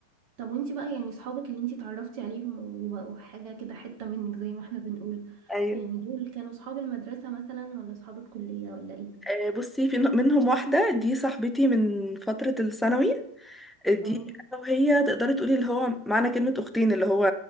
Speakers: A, on the right; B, in the centre.
A: طب وانتي بقى يعني صحابك اللي انتي اتعرفتي عليهم وبقوا حاجة كده حتة منك زي ما احنا بنقول
B: ايوه
A: يعني دول كانوا صحاب المدرسة مثلا ولا صحاب الكلية ولا ايه؟
B: آه، بصي في منهم واحدة دي صاحبتي من فترة الثانوي آه، دي
A: اه
B: أنا وهي تقدري تقولي اللي هو معنى كلمة أختين اللي هو